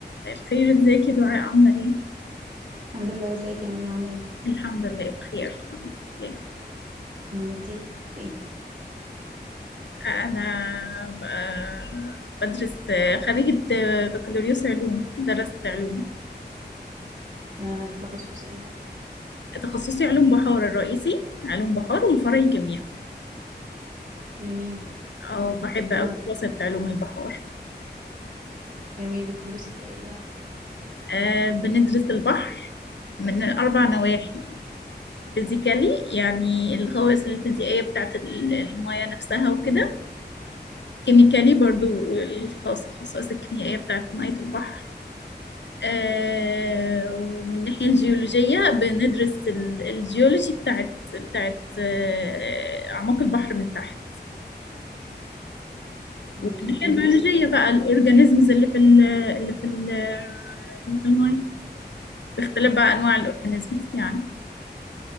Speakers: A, on the left; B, on the right.
A: الخير ازيك يا دعاء عاملة ايه؟
B: الحمد لله ازيك يا مريم عاملة ايه؟
A: الحمد لله بخير الحمد لله
B: آه، انتي ايه؟
A: أنا ب- بدرس خريجة بكالوريوس علوم درست علوم
B: آه، التخصص ايه بقى؟
A: تخصصي علوم بحار الرئيسي علوم بحار والفرعي كيمياء
B: جميل
A: اه بحب أوي
B: آه،
A: دراسة علوم البحار
B: جميل بتدرسوا فيها ايه بقى؟
A: أه بندرس البحر من أربع نواحي فيزيكالي يعني الخواص الفيزيائية بتاعت ال- المياه نفسها وكده كيميكالي برضو الخصائص الخصائص الكيميائية بتاعت مية البحر آه، ومن الناحية الجيولوجية بندرس ال- الجيولوجي بتاعت بتاعت آه، أعماق البحر من تحت
B: امم
A: ومن الناحية
B: interesting
A: البيولوجية
B: جدا
A: بقى
B: بصراحة
A: الأورجانيزمز اللي في ال اللي في ال اللي في المية باختلاف بقى أنواع الأورجانيزمز يعني